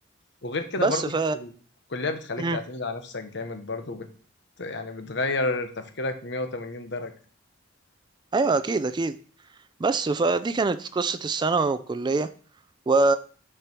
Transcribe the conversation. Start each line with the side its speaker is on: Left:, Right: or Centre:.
Left: وغير كده
Right: بس
Left: برضو
Right: ف
Left: الكل- الكلية بتخليك
Right: مم.
Left: تعتمد على نفسك جامد برضو بت... يعني بتغير تفكيرك 180 درجة
Right: ايوه اكيد اكيد بس فدي كانت قصه الثانوي والكليه و